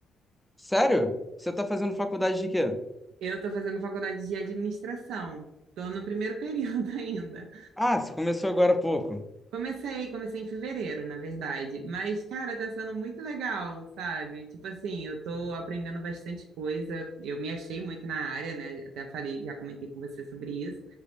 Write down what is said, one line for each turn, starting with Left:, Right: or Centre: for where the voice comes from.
Centre: Sério? Você tá fazendo faculdade de quê?
Right: Eu tô fazendo faculdade de administração. Tô no primeiro período <laughs> ainda,
Centre: Ah, você começou agora há pouco.
Right: Comecei, comecei em fevereiro, na verdade. Mas, cara, tá sendo muito legal, sabe? Tipo assim, eu tô aprendendo bastante coisa. Eu me achei muito na área, né? Até falei, já comentei com você sobre isso.